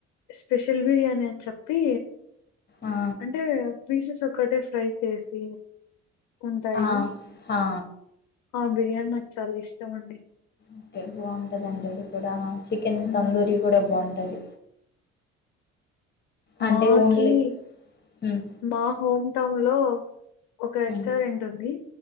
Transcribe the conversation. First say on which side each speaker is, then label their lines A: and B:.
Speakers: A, on the left; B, on the left.
A: special biryani అని చెప్పి
B: ఆ
A: అంటే పీసెస్ ఒక్కటే ఫ్రై చేసి ఉంటాయి
B: ఆ ఆ
A: ఆ బిర్యానీ నాకు చాలా ఇష్టం అండి
B: ఓకే బావుంటదండి అది కూడా చికెన్
A: హ్మ్.
B: తందూరి కూడా బాంటది అంటే
A: మాకి
B: ఓన్లీ ఉమ్
A: మా హోమ్ టౌన్ లో ఒక రెస్టారెంట్
B: ఉమ్
A: ఉంది